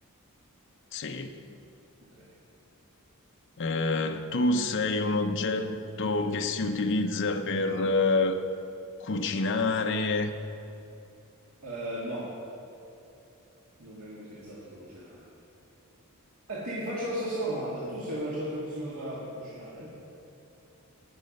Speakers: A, on the left; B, on the right.
A: Sì.
B: Ok.
A: Eh, tu sei un oggetto che si utilizza per eh, cucinare.
B: Eh, no, non vengo utilizzato per cucinare. Eh, ti rifaccio la stessa domanda. Tu sei un oggetto che si usa per cucinare?